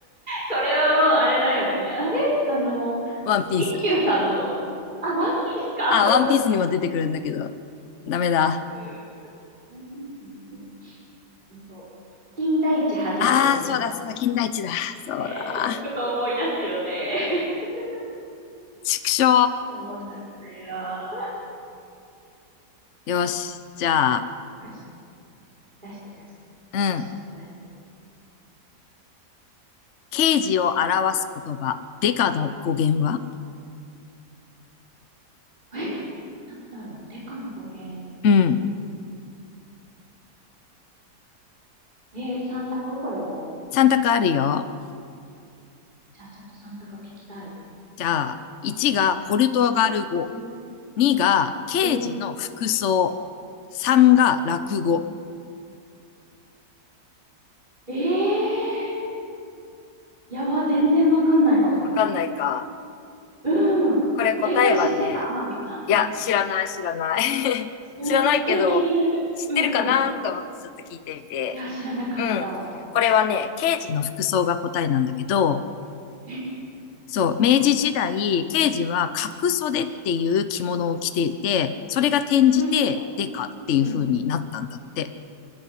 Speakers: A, on the right; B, on the left.
A: それはもう、あれだよね。あれあの、
B: ワンピース。
A: 一休さんの、あ、ワンピースか。
B: あ、ワンピースにも出てくるんだけど。ダメだ。
A: <laughs> うん。ワンピースの、うん、うんと、金田一はじめです。
B: あーそうだ、そうだ、金田一だ。そうだ。
A: えー、聞くと思い出すよね。<laughs>
B: 畜生。
A: そうなんだよ。
B: よし。じゃあ、
A: <laughs> よし。出して出して。
B: うん。
A: 私にも出して。
B: 刑事を表す言葉。デカの語源は
A: え、なんだろう。デカの語源。
B: うん。
A: え、三択これも。
B: 三択あるよ。
A: じゃあちょっと三択聞きたい。
B: じゃあ、1がポルトガル語、
A: うん、
B: 2が刑事の服装、
A: うん、
B: 3が落語。
A: うん。えー、やば、全然わかんないかも。
B: わかんないか。
A: うん。
B: これ答えはね、
A: え、これ知ってた天海さん。
B: いや、
A: うん。
B: 知らない、知らない。<laughs>
A: うん。
B: 知らないけど、
A: え、気になる。
B: 知ってるかなと思ってちょっと聞いてみて。
A: うんうん。いや、知らなかった。
B: うん。これはね、刑事の服装が答えなんだけど、
A: え、
B: そう、明治時代、刑事は角袖っていう着物を着ていて、それが転じてデカっていう風になったんだって。
A: はいはい。うん。